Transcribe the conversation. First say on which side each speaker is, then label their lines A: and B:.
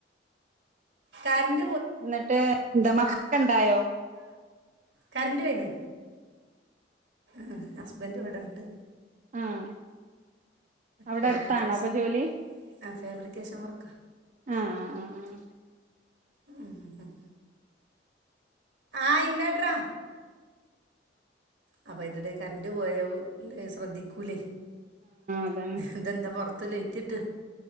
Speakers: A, on the right (about 75°); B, on the right (about 45°).
A: കര്
B: എന്നിട്ട് എന്താ <unintelligible> ണ്ടായോ
A: കറന്റ് പോയിണ്. ഹാ ഹസ്ബൻഡ് ഇവിടെണ്ട്
B: ആഹ് അവിടെ
A: ഫേബ്രിക്കേഷൻ
B: അടുത്താണോ അപ്പൊ ജോലി
A: ആ ഫാബ്രിക്കേഷൻ വർക്ക
B: ആഹ്
A: ഉം ഹും ആ ഇൻവേ ട്രാ അപ്പൊ അയ്ൻ്റെടെ കറന്റ് പോയോശ്രദ്ധിക്കൂ ലെയ്
B: അതാണ്
A: ഇതെന്താ പൊർ ത്ത് ലെയ്റ്റ്ട്ട്